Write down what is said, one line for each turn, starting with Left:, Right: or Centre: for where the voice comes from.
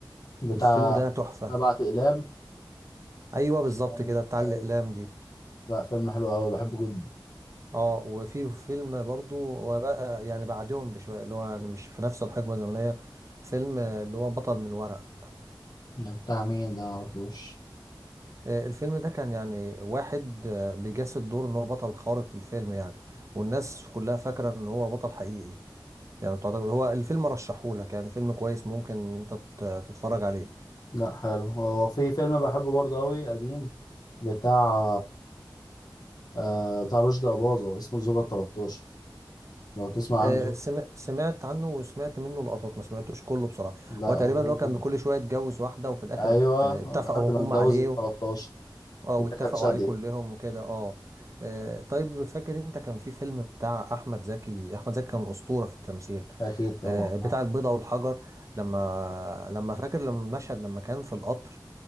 Left: بتاع
Right: الفيلم ده تحفه
Left: سبعة أقلام
Right: ايوه بالظبط
Left: كان-
Right: كده بتاع
Left: أيوة.
Right: الاقلام دي
Left: لا فيلم حلو أوي بحبه جدا
Right: اه وفي فيلم برضو وبقى يعني بعدهم بشويه اللي هو يعني مش في نفس الحقبه الزمنيه فيلم آه، اللي هو بطل من ورقه
Left: ده بتاع مين ده معرفوش
Right: آه، الفيلم ده كان يعني واحد آه، بيجسد دور ان هو بطل خارق في الفيلم يعني والناس كلها فاكره ان هو بطل حقيقي يعني بتعتقد هو الفيلم رشحهولك يعني فيلم كويس ممكن انت تت- تتفرج عليه
Left: لا حلو هو في فيلم بحبه برضه أوي قديم بتاع آه بتاع رشدي أباظة اسمه الزوجة التلاتاشر لو تسمع
Right: آه،
Left: عنه زوجة
Right: سم- سمعت عنه وسمعت منه لقطات ما سمعتوش كله بصراحه
Left: لا
Right: هو
Left: هو
Right: تقريبا
Left: جميل
Right: اللي هو كان
Left: جدا
Right: كل شويه يتجوز واحده وفي الاخر
Left: أيوه
Right: ات- اتفقوا
Left: لحد ما
Right: هم
Left: اتجوز
Right: عليه
Left: التلاتاشر
Right: اه
Left: لا
Right: واتفقوا
Left: كانت شادية
Right: عليه كلهم وكده اه آه، طيب فاكر انت كان في فيلم بتاع احمد زكي احمد زكي كان اسطوره في التمثيل
Left: أكيد طبعا
Right: آه، بتاع البيضه والحجر لما لما فاكر لما المشهد لما كان في القطر